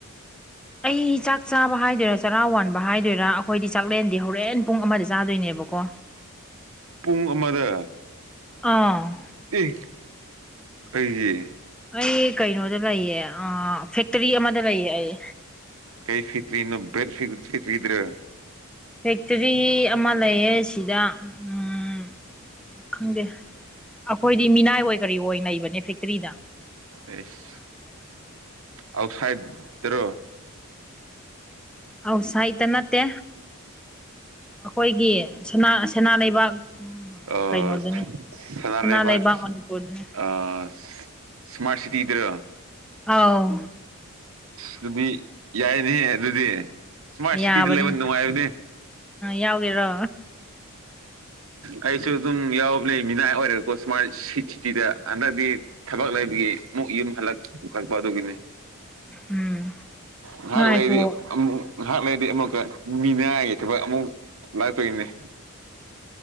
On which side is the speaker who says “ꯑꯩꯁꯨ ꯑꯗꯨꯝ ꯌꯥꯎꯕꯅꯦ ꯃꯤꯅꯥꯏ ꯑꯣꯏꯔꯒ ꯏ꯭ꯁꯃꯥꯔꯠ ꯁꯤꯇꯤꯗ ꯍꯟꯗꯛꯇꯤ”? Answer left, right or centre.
Right